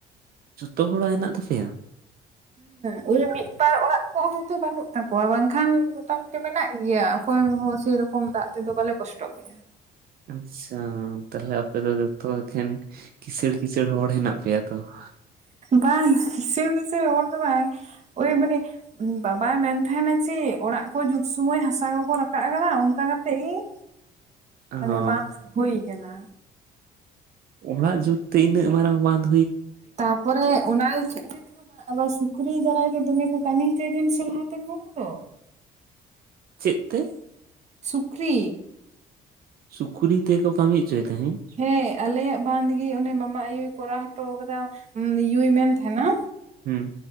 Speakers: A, on the right; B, on the right.
A: ᱡᱚᱛᱚ ᱦᱚᱲᱟᱜ ᱦᱮᱱᱟᱜ ᱛᱟᱯᱮᱭᱟ?
B: ᱦᱮᱸᱻᱭ ᱢᱤᱫ ᱵᱟᱨ ᱚᱲᱟᱜ ᱠᱚ ᱦᱚᱭᱛᱳ ᱵᱟᱹᱱᱩᱜ ᱛᱟᱠᱚᱣᱟ ᱵᱟᱝ ᱠᱷᱟᱱ ᱢᱚᱴᱟᱢᱩᱴᱤ ᱢᱮᱱᱟᱜ ᱜᱮᱭᱟ ᱚᱠᱚᱭ ᱦᱚᱸᱪᱚᱸ ᱥᱮᱨᱚᱠᱚᱢ ᱫᱟᱜ ᱛᱮᱫᱚ ᱵᱟᱞᱮ ᱠᱚᱥᱴᱚᱜ ᱜᱮᱭᱟ
A: ᱟᱪᱪᱷᱟ ᱛᱟᱦᱞᱮ ᱟᱯᱮ ᱫᱚ ᱡᱚᱛᱚ ᱮᱠᱷᱮᱱ ᱠᱤᱥᱟᱹᱬ ᱠᱤᱥᱟᱹᱬ ᱦᱚᱲ ᱦᱮᱱᱟᱜ ᱯᱮᱭᱟ ᱛᱚ <inaudible>
B: ᱵᱟᱝᱻᱭ ᱠᱤᱥᱟᱹᱲ ᱠᱤᱥᱟᱹᱲ ᱦᱚᱲ ᱫᱚ ᱵᱟᱝᱻᱟᱭ᱾ ᱚᱭᱮ ᱢᱟᱱᱮ ᱵᱟᱵᱟᱭ ᱢᱮᱱ ᱛᱟᱦᱮᱸᱱᱟ ᱡᱮ ᱚᱲᱟᱜ ᱠᱚ ᱡᱩᱛ ᱥᱚᱢᱚᱭ ᱦᱟᱥᱟ ᱠᱚᱠᱚ ᱨᱟᱠᱟᱵ ᱠᱟᱫᱟ ᱚᱱᱠᱟ ᱠᱟᱛᱮ ᱜᱮ ᱤᱧ
A: <inaudible>
B: ᱢᱟᱱᱮ
A: ᱦᱚᱸ
B: ᱵᱟᱸᱫᱷ ᱦᱩᱭ ᱠᱟᱱᱟ᱾
A: ᱚᱲᱟᱜ ᱡᱩᱜᱽ ᱛᱮ ᱤᱱᱟᱹᱜ ᱢᱟᱨᱟᱝ ᱵᱟᱫᱷ
B: ᱛᱟᱯᱚᱨᱮ ᱚᱱᱟ ᱤᱭᱟᱹ ᱛᱮᱦᱚᱸ ᱵᱟ ᱟᱵᱟᱨ ᱥᱩᱠᱨᱤ ᱫᱟᱨᱟᱭ ᱛᱮ ᱫᱚᱢᱮ ᱠᱚ ᱠᱟᱹᱢᱤ ᱦᱚᱪᱚᱭ ᱫᱤᱱ ᱥᱮ ᱞᱟᱦᱟᱛᱮᱱ ᱦᱚᱲ ᱠᱚᱫᱚ
A: ᱪᱮᱫ ᱛᱮ?
B: ᱥᱩᱠᱨᱤ᱾
A: ᱥᱩᱠᱨᱤ ᱛᱮᱠᱚ ᱠᱟᱹᱢᱤ ᱦᱚᱪᱚᱭ ᱛᱟᱦᱮᱸᱫ
B: ᱦᱮᱸ ᱟᱞᱮᱭᱟᱜ ᱵᱟᱸᱫᱜᱤ ᱚᱱᱮ ᱢᱟᱢᱟ ᱟᱭᱩ ᱠᱚᱨᱟᱣ ᱦᱚᱴᱚ ᱟᱠᱟᱫᱟ ᱭᱩ ᱢᱮᱸᱱ ᱛᱟᱦᱮᱸᱱᱟ᱾
A: ᱦᱩᱸ